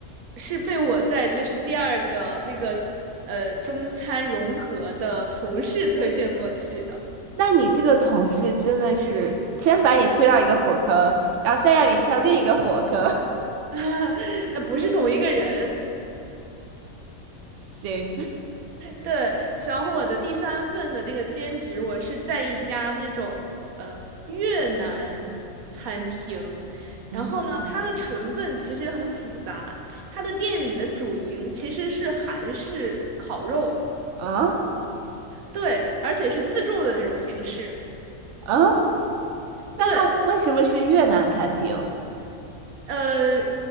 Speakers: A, on the right (about 80°); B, on the right (about 65°).
A: 是被我在就是第二个那个呃中餐融合的同事推荐过去的，
B: 那你这个同事真的是先把你推到一个火坑，然后再让你跳另一个火坑。<laughs>
A: <laughs> 那不是同一个人。
B: 行，
A: 对，然后我的第三份的这个兼职，我是在一家那种呃越南餐厅，
B: 嗯，
A: 然后呢，它的成分其实很复杂，它的店里的主营其实是韩式烤肉，
B: 啊
A: 对，而且是自助的那种形式，
B: 啊，那他为什么是越南餐厅？
A: 对，呃，